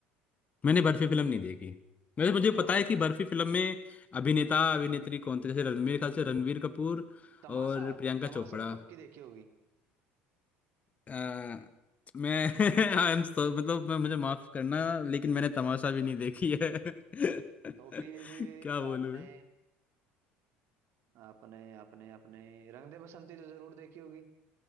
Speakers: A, on the left (about 30°); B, on the right (about 60°).
A: मैंने बर्फी फिल्म नहीं देखी वैसे मुझे
B: तो
A: पता है कि बर्फी फिल्म में अभिनेता अभिनेत्री कौन थे जैसे रणवीर ख्याल से रणवीर कपूर
B: तमाशा
A: और प्रियंका
B: तमाशा
A: चोपड़ा
B: तो पक्की देखी होगी
A: अ, मैं <laughs> आई एम सो मतलब मैं मुझे माफ करना लेकिन मैंने तमाशा भी नहीं देखी है <laughs>
B: तो फिर
A: क्या बोलूं
B: आपने
A: मैं
B: आपने आपने अपने रंग दे बसंती तो जरूर देखी होगी